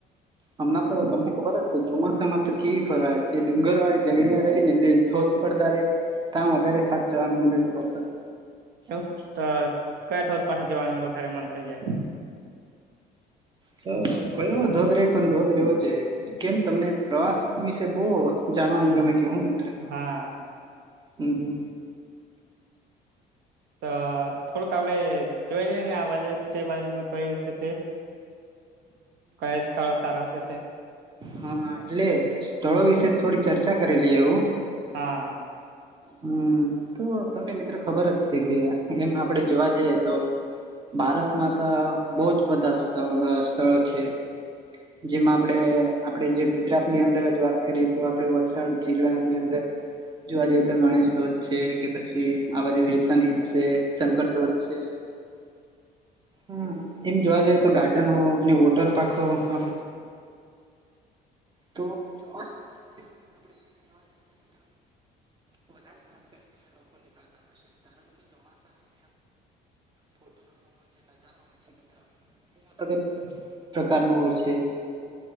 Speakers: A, on the right; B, on the right.
A: હમણાં તો તમને ખબર જ છે ચોમાસામાં તો કેવી ફરવાય જે ડુંગર વાળી જગ્યા રેય ને તે ફર પડતા રે ત્યાં વધારે ખાસ જવાનું મને તો પસંદ
B: <unintelligible> તો કયાં ધોધ પાહે જવાનું વધારે મન થઈ જાય?
A: તો કયો ધોધ રહે પન ધોધ રહેવો જોઈએ. કેમ તમને પ્રવાસ વિશે બો જાણવાનું
B: હમ
A: ગમે કે હુ મિત્ર
B: હા
A: હમ્મ હમ્મ
B: ત થોડુંક આપડે જોવા જઈને આ બાજુ તે બાજુ મે કહિસ કે તે કઈ સ્થળ સારા છે તે
A: હા એટલે સ્થળો વિશે થોડી ચર્ચા કરેલી એવું?
B: હા.
A: હમ્મ તો તમને મિત્ર ખબર જ છે, કે એમ આપડે જોવા જઈએ તો ભારતમાં તો બો જ બધા સ્થ અ સ્થળો છે. જેમાં આપડે આપડે જે ગુજરાતની અંદર જ વાત કરીએ તો આપડે વલસાડ જિલ્લાની અંદર જોવા જઈએ તો ગણેશ શોધ છે, કે પછી આ બાજુ વી સન હીલ છે, શંકર ધ્વજ છે. હ એમ જોવા જઈએ તો ગાર્ડન હો વોટર પાર્ક હો આપ તો <unintelligible> <inaudible> બધા ખાસ કરીને લોકો નીકળતા હોશે કારણ કે ચોમાસામાં ફોટો ન છે મિત્ર <unintelligible>
B: <inaudible>
A: પ્રકારનું હોય છે,